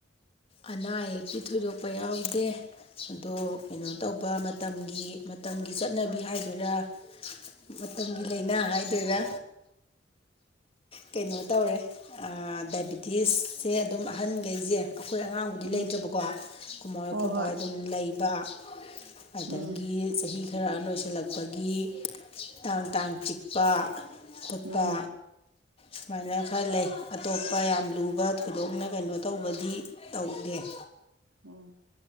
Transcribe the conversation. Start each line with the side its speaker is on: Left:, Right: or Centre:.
Left: ꯑꯅꯥ ꯑꯌꯦꯛꯀꯤ ꯊꯣꯏꯗꯣꯛꯄ ꯌꯥꯎꯗꯦ ꯑꯗꯣ ꯀꯩꯅꯣ ꯇꯧꯕ ꯃꯇꯝꯒꯤ ꯃꯇꯝꯒꯤ ꯆꯠꯅꯕꯤ ꯍꯥꯏꯗꯨꯏꯔꯥ ꯃꯇꯝꯒꯤ ꯂꯥꯏꯅꯥ ꯍꯥꯏꯗꯣꯏꯔꯥ ꯀꯩꯅꯣ ꯇꯧꯔꯦ ꯑꯥ ꯗꯥꯏꯕꯤꯇꯤꯁꯁꯦ ꯑꯗꯨꯝ ꯑꯍꯟꯒꯩꯖꯦ ꯑꯩꯈꯣꯏ ꯑꯉꯥꯡꯕꯨꯗꯤ
Right: ꯎꯝ
Left: ꯂꯩꯇꯕꯀꯣ ꯑꯩꯈꯣꯏꯃꯥꯍꯣꯏ ꯑꯩꯈꯣꯏꯕꯥꯍꯣꯏ
Right: ꯍꯣꯏ ꯍꯣꯏ
Left: ꯑꯗꯨꯝ ꯂꯩꯕ ꯑꯗꯒꯤ
Right: ꯎꯝ
Left: ꯆꯍꯤ ꯈꯔ ꯑꯍꯟ ꯑꯣꯏꯁꯜꯂꯛꯄꯒꯤ ꯇꯥꯡ ꯇꯥꯡ ꯆꯤꯛꯄ ꯄꯨꯠꯄ
Right: ꯎꯝ
Left: ꯁꯨꯃꯥꯏꯅ ꯈꯔ ꯂꯩ ꯑꯇꯣꯞꯄ ꯌꯥꯝ ꯂꯨꯕ ꯊꯣꯏꯗꯣꯛꯅ ꯀꯩꯅꯣ ꯇꯧꯕꯗꯤ ꯇꯧꯗꯦ
Right: ꯎꯝ